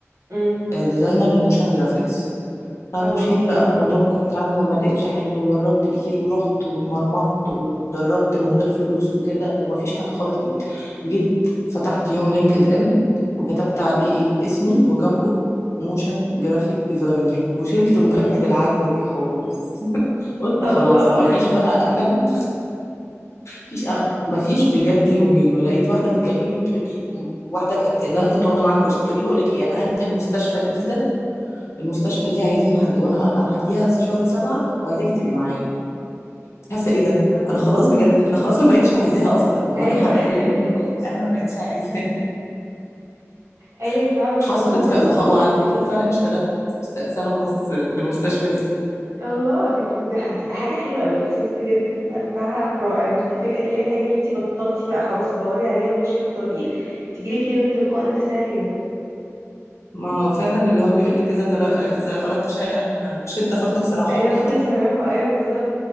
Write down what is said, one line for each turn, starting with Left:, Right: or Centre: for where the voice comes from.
Right: امم
Left: آه، ديزاينر لموشن جرافيكس فمشيت
Right: اه
Left: بقى في موضوع مكافحة العدوى وما لقيتش حاجة وجربت كتير ورحت واتمرمطت واتدربت من غير فلوس وكده ومفيش حاجة خالص جيت جيت فتحت يوم لينكد ان وكتبت عليه ايه اسمي وجنبه موشن جرافيك ديزاينر وشلت مكافحة
Right: امم
Left: العدوى دي خالص <laughs> قلت
Right: الله
Left: خلاص مفيش بقى امل مفيش أمل. مفيش بجد يومين ولقيت واحدة بتكلمني بتقول لي واحدة كانت اللي انا كنت واخدة معاها الكورس بتقول لي بقول لك ايه انا هنقل مستشفى جديدة المستشفى دي عايزين حد وانا ه- ه- هجيها شهر سبعة وعايزاكي تبقي
Right: مم.
Left: معايا حاسه ايه ده
Right: سبحان
Left: انا
Right: الله
Left: خلاص بجد انا خلاص ما بقتش عايزاها اصلا وانا
Right: ايوه
Left: حرفيا
Right: <laughs>
Left: من جوايا انا ما بقتش عايزاها
Right: ايوه
Left: <laughs>
Right: فعلا سبحان
Left: حصلت ف...
Right: الله
Left: وخ... وعلى فكره وفعلا اشتغلت س- سنه ونص في المستشفى دي
Right: الله دي دي ح- بتبقى حاجة حلوة قوي احساس بجد بيبقى بتاعها رائع ان انت فجأة تلاقي الحاجة اللي انت بطلتي بقى خلاص تدوري عليها وماشية في طريقك تجيلك هي من تلقاء نفسها كده
Left: ما هو فعلا اللي هو بيقول لك اذا تر... اذا اردت شيئا بشده فاطلق سراحه
Right: ايوه
Left: <laughs>
Right: فضلك صراحة ايوه بالظبط